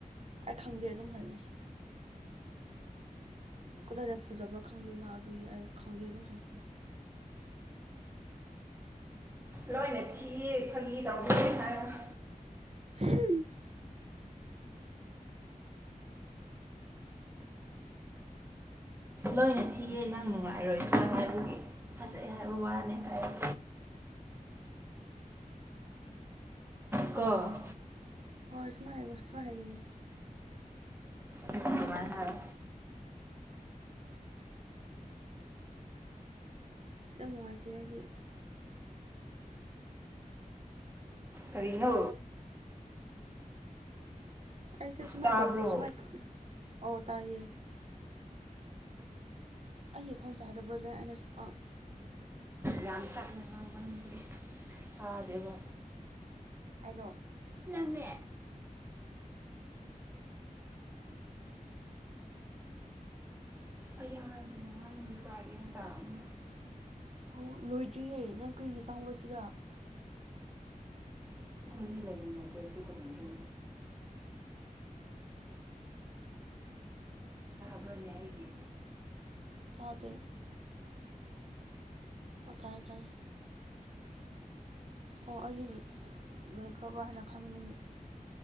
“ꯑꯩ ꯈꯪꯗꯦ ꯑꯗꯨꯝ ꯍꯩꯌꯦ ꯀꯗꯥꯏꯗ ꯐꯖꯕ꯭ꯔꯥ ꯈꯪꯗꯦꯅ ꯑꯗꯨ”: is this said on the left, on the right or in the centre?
Right